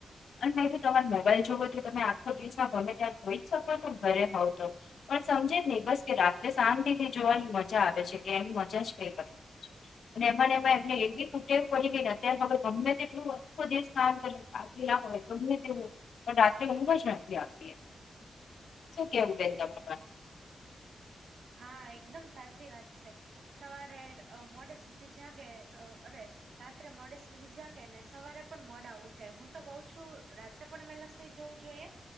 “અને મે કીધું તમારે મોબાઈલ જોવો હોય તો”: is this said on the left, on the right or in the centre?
Left